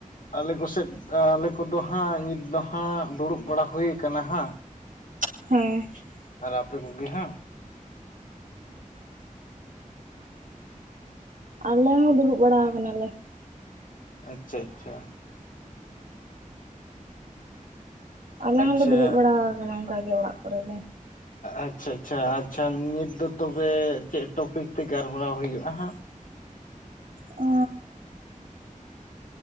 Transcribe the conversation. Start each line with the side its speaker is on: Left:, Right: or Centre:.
Left: ᱟᱞᱮ ᱠᱚᱥᱮᱫᱽ ᱟᱞᱮ ᱠᱚᱫᱚ ᱦᱟᱸᱜ ᱱᱤᱛ ᱫᱚ ᱦᱟᱸᱜ ᱫᱩᱲᱩᱵ ᱵᱟᱲᱟ ᱦᱩᱭ ᱠᱟᱱᱟ ᱦᱟᱸᱜ᱾
Right: ᱦᱮᱸ ᱾
Left: ᱟᱨ ᱟᱯᱮ ᱠᱚᱜᱮ ᱦᱟᱸᱜ
Right: ᱟᱞᱮ ᱦᱚᱸ ᱫᱩᱲᱩᱵ ᱵᱟᱲᱟ ᱠᱟᱱᱟ ᱞᱮ ᱾
Left: ᱟᱪᱪᱷᱟ ᱟᱪᱪᱷᱟ᱾
Right: ᱟᱞᱮ
Left: ᱟᱪᱪᱷᱟ
Right: ᱦᱚᱸᱞᱮ ᱫᱩᱲᱩᱵ ᱵᱟᱲᱟ ᱟᱠᱟᱱᱟ ᱚᱱᱠᱟ ᱜᱮ ᱚᱲᱟᱜ ᱠᱚᱨᱮ ᱜᱮ᱾
Left: ᱟᱪᱪᱷᱟ ᱟᱪᱪᱷᱟ ᱟᱪᱪᱷᱟ ᱱᱤᱛ ᱫᱚ ᱛᱚᱵᱮ ᱪᱮᱫ ᱴᱚᱯᱤᱠ ᱛᱮ ᱜᱟᱞᱢᱟᱨᱟᱣ ᱦᱩᱭᱩᱜ-ᱟ ᱦᱟᱸᱜ᱾
Right: ᱚᱻ